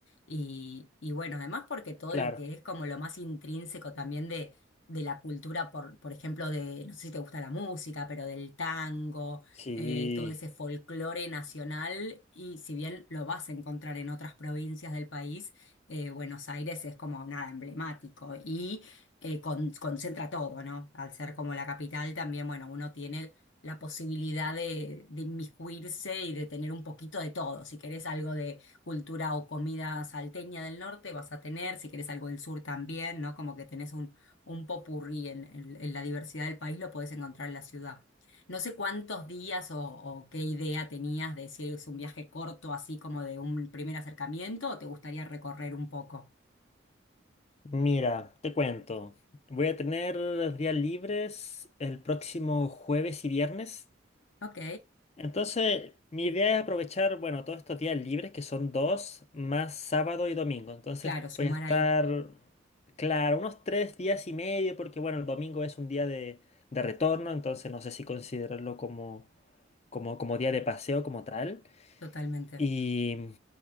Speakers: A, on the left; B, on the left.
A: Y, y bueno, además porque todo
B: claro.
A: lo que es como lo más intrínseco también de, de la cultura, por, por ejemplo, de, no sé si te gusta la música, pero del tango,
B: Sí.
A: eh, todo ese folclore nacional, y si bien lo vas a encontrar en otras provincias del país, eh, Buenos Aires es como nada emblemático y eh, con- concentra todo, ¿no? Al ser como la capital también, bueno, uno tiene la posibilidad de, de inmiscuirse y de tener un poquito de todo. Si querés algo de cultura o comida salteña del norte, vas a tener, si querés algo del sur también, ¿no? Como que tenés un, un popurrí en, en en la diversidad del país, lo podés encontrar en la ciudad. No sé cuántos días o, o qué idea tenías de si es un viaje corto, así como de un primer acercamiento, o te gustaría recorrer un poco.
B: Mira, te cuento. Voy a tener los días libres el próximo jueves y viernes.
A: Ok,
B: Entonces, mi idea es aprovechar, bueno, todos estos días libres, que son dos, más sábado y domingo. Entonces,
A: claro, sumar
B: voy a estar,
A: ahí,
B: claro, unos tres días y medio, porque, bueno, el domingo es un día de, de retorno, entonces no sé si considerarlo como, como, como día de paseo, como tal.
A: totalmente.
B: Y,